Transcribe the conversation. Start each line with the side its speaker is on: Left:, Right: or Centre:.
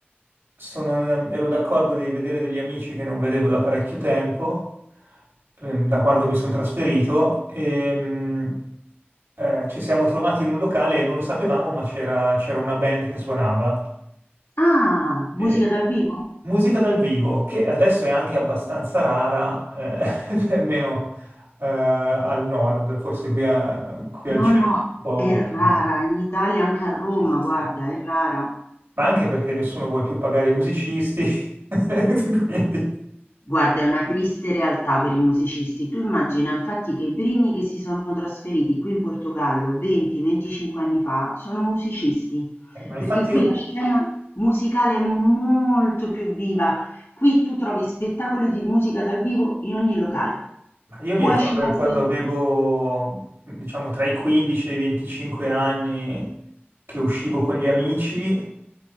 Right: sono- ero d'accordo di vedere degli amici che non vedevo da parecchio tempo, ehm, da quando mi sono trasferito, e mh, eh, ci siamo trovati in un locale e non lo sapevamo, ma c'era c'era una band che suonava.
Left: Ah,
Right: E-
Left: musica dal vivo?
Right: musica dal vivo, che adesso è anche abbastanza rara, eh, <laughs> almeno eh, al nord, forse qui, a- qui al
Left: No,
Right: centro,
Left: no,
Right: un po'
Left: è
Right: un po'
Left: rara,
Right: meno.
Left: in Italia, anche a Roma,
Right: Sì, sì,
Left: guarda,
Right: sì.
Left: è rara.
Right: ma anche perché nessuno vuole più pagare i musicisti. <laughs> Quindi,
Left: Guarda, è una triste realtà per i musicisti. Tu immagina infatti che i primi che si sono trasferiti qui in Portogallo 20-25 anni fa sono musicisti,
Right: eh, ma infatti
Left: perché qui
Right: io,
Left: la scena musicale è molto più viva. Qui tu trovi spettacoli di musica dal vivo in ogni locale.
Right: ma io
Left: Tu
Right: mi ricordo
Left: esci la
Right: che quando
Left: sera,
Right: avevo, diciamo, tra i 15 e i 25 anni che uscivo con gli amici,